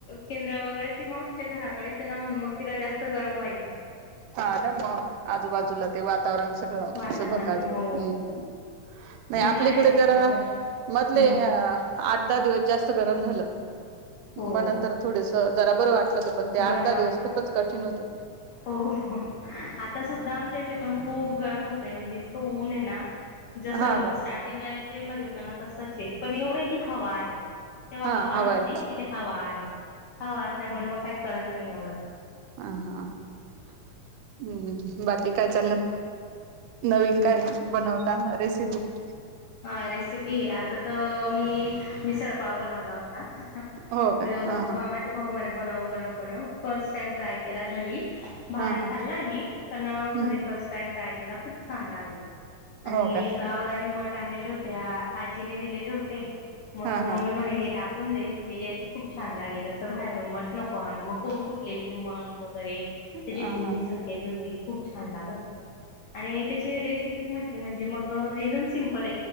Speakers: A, on the left; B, on the right.
A: केंद्र वगैरे ती मावशीच्या घराकडेच ना म्हणून मग तिला जास्त गरम व्हायचं.
B: हा ना मग आजूबाजूला ते वातावरण सगळं
A: वातावरण
B: अस भकास भकास,
A: हो
B: हम्मम् नाही
A: आणि
B: आपली
A: बाहेर
B: इकडे
A: निघण्याचा
B: ज मधले
A: हम्म
B: आठ दहा दिवस जास्त गरम झालं.
A: हो
B: मग नंतर थोडेस जरा बर वाट लं पण ते
A: बरं
B: आठ दहा
A: वाटतं
B: दिवस खूपच कठीण होते.
A: हो आता सुद्धा आमच्या येते पण खूप खूप गरम होतय म्हणजे इतकं ऊन आहे ना जसं
B: हा का
A: स्टार्टिंगला एप्रिलमध्ये होत ना तसच ये! पण एवढं की हवा आहे तेव्हा
B: हा
A: हवा नव्हती
B: आहे
A: इथे हवा आहे हवा असल्यामुळे मग कळत नाही एवढं.
B: ह हा हम्म बाकी काय चाललं? नवीन काय बनवता रेसि <unintelligible>
A: हा रेसिपी आता तर मी मिसळ पाव बनवत लावता
B: हो का
A: अ मामा
B: हा हा
A: चे भाऊ म्हणे बनव बनव बनव फर्स्ट टाइम ट्राय केला घरी बाहेर
B: हा हा
A: खाल्लाय मी पण
B: हम्म
A: घरी फस्ट टाइम ट्राय केला खूप छान लागली आणि
B: हो का
A: गावरानी मठ आणलेले होते आजीने दिलेले होते मग
B: हा
A: मम्मी
B: हा
A: म्हणे हे टाक कून दे हे याचे खूप छान लागेल असं बाहेरून मठ नको आणू मग कोम फुटलेले ते मठ वग बरे
B: ह
A: त्याची ती मिसळ
B: हा
A: केली होती ती खूप छान लागत होती आणि त्याची रेसिपी म्हटली म्हणजे मग एकदम सिम पल